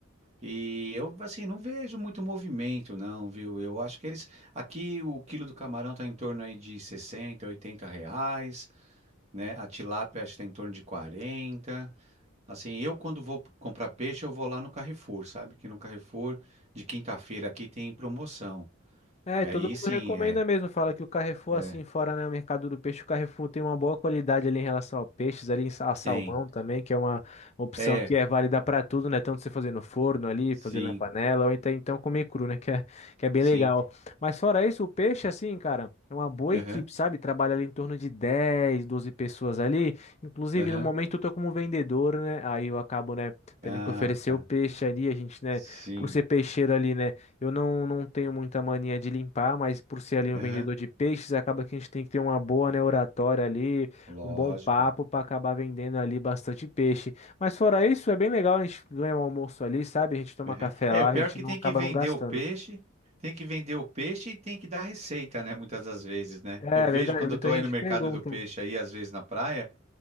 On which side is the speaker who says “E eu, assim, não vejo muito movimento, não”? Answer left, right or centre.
Right